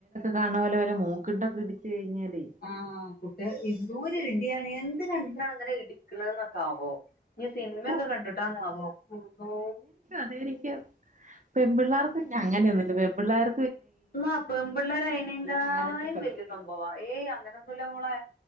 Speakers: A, on the right; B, on the left.
A: കാണ പോലെ വല്ല മൂക്കുണ്ടൊക്കെ ഇടിച്ച് കഴിഞ്ഞാലേയ്
B: ആഹ് കുട്ട്യേ എന്തോര്ടിയാണ് എന്ത് കണ്ടാണ്ങ്ങനെ ടിക്ക്ണ്ന്നൊക്കാവോ ഞ്ഞ് സിനിമൊക്കെ
A: ഓ
B: കണ്ടിട്ടാന്നാവോ ന്തോ
A: അതേരിക്കും പെൺ പിള്ളേർക്ക്ന്നെ അങ്ങനൊന്നുല്ല പെൻപിള്ളേർ
B: ന്നാ പേമ്പിള്ളേര് അയ്നേങ്കായും
A: അങ്ങനത്തെ പണിയൊക്കെയാ
B: വല്യ സംഭവാ ഏയ് അങ്ങനൊന്നു ല്ല മോളെ